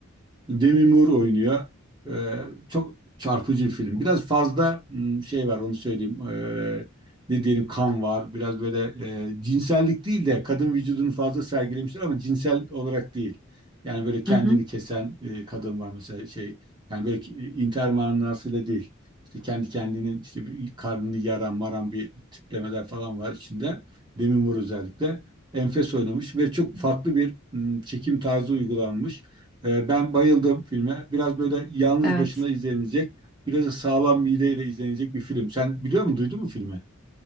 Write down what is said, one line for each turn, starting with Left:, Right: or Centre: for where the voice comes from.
Right: Demi Moore oynuyor. Ee, çok çarpıcı bir film. Biraz fazla hmm, şey var onu söyleyeyim. Ee, ne diyelim kan var. Biraz böyle e, cinsellik değil de kadın vücudunu fazla sergilemişler ama cinsel olarak değil. Yani böyle kendini
Centre: Hı hı,
Right: kesen e, kadın var mesela şey. Yani böyle ki- intihar manasıyla değil. İşte kendi kendinin işte bir karnını yaran maran bir tiplemeler falan var içinde. Demi Moore özellikle. Enfes oynamış ve çok farklı bir hmm, çekim tarzı uygulanmış. Ee, ben bayıldım filme. Biraz böyle yalnız
Centre: evet.
Right: başına izlenecek, biraz da sağlam mideyle izlenecek bir film. Sen biliyor musun, duydun mu filmi?